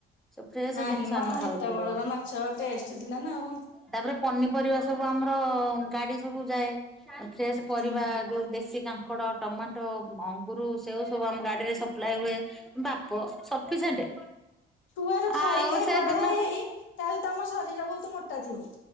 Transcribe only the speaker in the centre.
ସବୁ ଫ୍ରେଶେ
ଜିନିଷ
ଆମେ ଖାଉଥୁଲୁ।
ତାପରେ ପନିପରିବା ସବୁ ଆମର ଗାଡି ସବୁ ଯାଏ। ଫ୍ରେଶ ପରିବା
ଯୋଉ ଦେଶୀ କାଙ୍କ୍ ଙ୍କଡ, ଟମାଟୋ, ଅଙ୍ଗୁର ସେଓ ସବୁ ଆମ ଗାଡିରେ ସପ୍ଲାଇ ହୁଏ। ବାପ ସଫିସେଣ୍ଟ
ଆଉ
ସେଦିନ